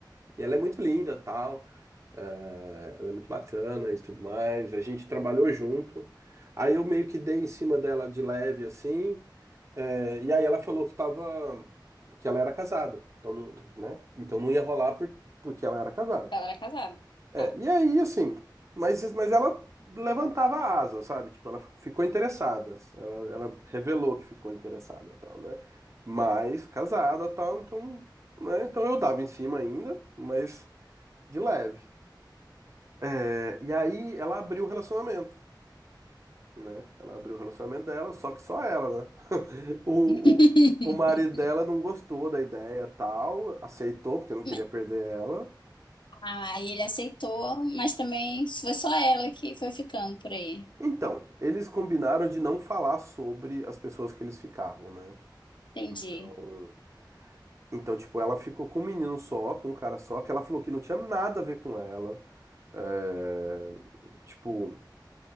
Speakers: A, on the right; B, on the left.
A: E ela é muito linda, tal. é, ela é muito bacana e tudo mais. A gente trabalhou junto. Aí eu meio que dei em cima dela de leve, assim. é, e aí ela falou que tava... Que ela era casada. Então, não- né? Então não ia rolar por, porque ela era casada.
B: Ela era casada.
A: É,
B: Tá.
A: e aí, assim, mas, mas ela levantava a asa, sabe? Tipo, ela ficou interessada. Ela, ela revelou que ficou interessada, tal, né? Mas casada, tal, então, né? Então eu dava em cima ainda, mas de leve. É, e aí ela abriu o relacionamento, né? Ela abriu o relacionamento dela, só que só ela, né? <laughs> O,
B: <laughs>
A: o, o marido dela não gostou da ideia, tal, aceitou porque não queria
B: Mas-
A: perder ela.
B: Ah, aí ele aceitou, mas também foi só ela que foi ficando por aí.
A: Então, eles combinaram de não falar sobre as pessoas que eles ficavam, né?
B: Entendi.
A: Então, então, tipo, ela ficou com um menino só, com um cara só, que ela falou que não tinha nada a ver com ela. É, tipo,